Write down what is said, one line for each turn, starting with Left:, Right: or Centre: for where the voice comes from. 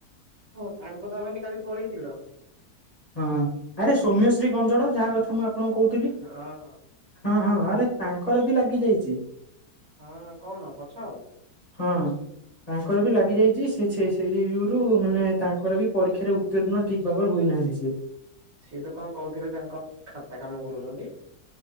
Right: ହଁ ତାଙ୍କ ତା ମାନି କାଲି ପଳେଇଥିଲ?
Left: ହଁ ଆରେ ସୌମ୍ୟଶ୍ରୀ ଗଞ୍ଜଡ ଯାହା କଥା ମୁଁ ଆପଣଙ୍କୁ କହୁଥିଲି
Right: ହଁ
Left: ହଁ ହଁ ହଁ ରେ ତାଙ୍କର ବି ଲାଗି ଯାଇଛି।
Right: ହଁ କଣ ପଛ
Left: ହଁ ତାଙ୍କର
Right: ଏ
Left: ବି ଲାଗି
Right: ହେ
Left: ଯାଇଛି ସେ ଛେ ସେ ଯୁରୁ ମାନେ ତାଙ୍କର ବି ପରୀକ୍ଷାରେ ଉତ୍ତୀର୍ଣ୍ଣ ଠିକ ଭାବରେ ହୋଇନାହାନ୍ତି ସେ
Right: ସିଏ ତ କଣ କହୁଥିଲେ ତାଙ୍କ ଖାତା କାମ କରୁଛନ୍ତି।